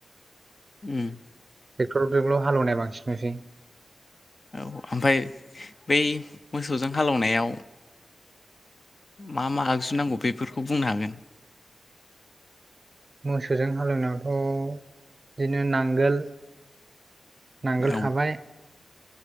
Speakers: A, on the left (about 35°); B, on the right (about 35°).
A: <inaudible>
B: ट्रेक्टरजोंल' हालेवनाय बांसिन नुसै
A: औ ओमफ्राय बै मोसौजों हालेवनायाव मा मा आगजु नांगौ बेफोरखौ बुंनो हागोन?
B: मोसौजों हालेवनायावथ' बिदिनो नांगोल नांगोल
A: औ
B: थाबाय